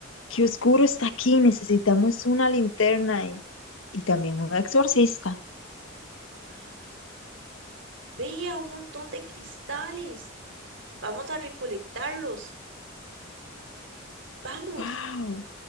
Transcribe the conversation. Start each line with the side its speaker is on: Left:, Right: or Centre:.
Left: ¡Qué oscuro está aquí! Necesitamos una linterna y, y también un exorcista.
Right: Ay. Vea un montón de cristales. Vamos a recolectarlos. Vamos.
Left: ¡Wow!